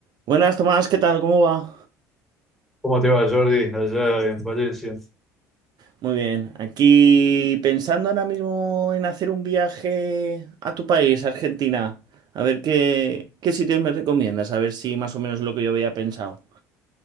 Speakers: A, on the right; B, in the centre.
A: Buenas, Tomás, ¿qué tal? ¿Cómo va?
B: ¿Cómo te va, Jordi, allá en Valencia?
A: Muy bien. Aquí pensando ahora mismo en hacer un viaje a tu país, Argentina. A ver qué, qué sitios me recomiendas, a ver si más o menos es lo que yo había pensado.